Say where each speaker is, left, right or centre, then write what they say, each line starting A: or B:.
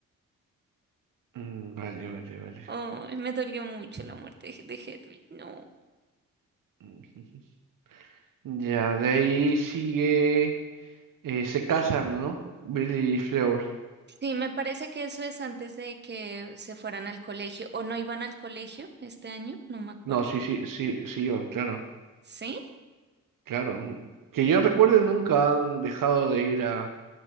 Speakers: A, on the right (about 65°); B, on the right (about 30°).
A: Mm, Vale, vale, vale.
B: Ay, me dolió mucho la muerte de de Hedwig. No.
A: <laughs> Ujú. Ya, de ahí sigue. eh, se casan, ¿no? Billy y Fleur.
B: Sí, me parece que eso es antes de que se fueran al colegio o no iban al colegio este año, no me acuerdo.
A: No, sí, sí, sí, sí, van, claro,
B: ¿Sí?
A: claro. Mm, Que yo recuerde, nunca han dejado de ir a,